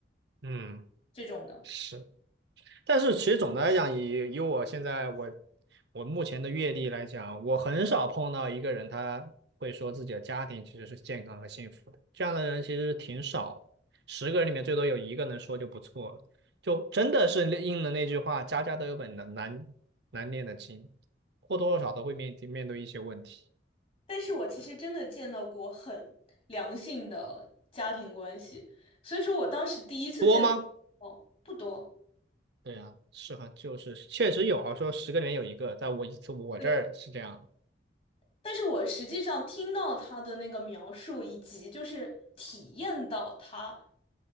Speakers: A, on the right; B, on the left.
A: 嗯，
B: 这种的。
A: 是，但是其实总的来讲，以以我现在我我目前的阅历来讲，我很少碰到一个人他会说自己的家庭其实是健康和幸福的，这样的人其实是挺少的，十个人里面最多有一个能说就不错了，就真的是那应了那句话，家家都有本难难难念的经，或多或少都会面面对一些问题，
B: 但是我其实真的见到过很良性的家庭关系，所以说我当时第一次见到，
A: 多吗？
B: 哦，不多，
A: 对呀，是很就是确实有啊，说十个里面有一个，在我一次我这儿是这样。
B: 对，但是我实际上听到他的那个描述，以及就是体验到他，